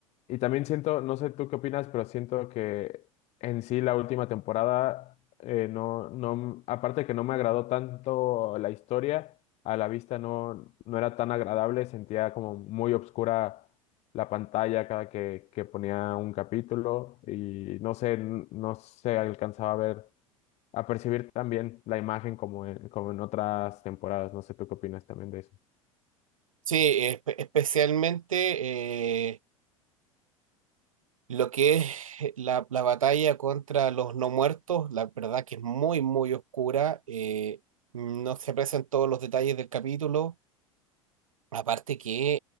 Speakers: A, on the left; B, on the right.
A: y también siento, no sé tú qué opinas, pero siento que en sí la última temporada, eh, no, no, aparte de que no me agradó tanto la historia, a la vista no, no era tan agradable, sentía como muy obscura la pantalla cada que, que ponía un capítulo y no sé, n- no se alcanzaba a ver, a percibir también la imagen como en, como en otras temporadas, no sé tú qué opinas también de eso.
B: sí, espe- especialmente. eh, Lo que es eh, la, la batalla contra los no muertos, la verdad que es muy, muy oscura. eh, no se aprecian todos los detalles del capítulo. Aparte que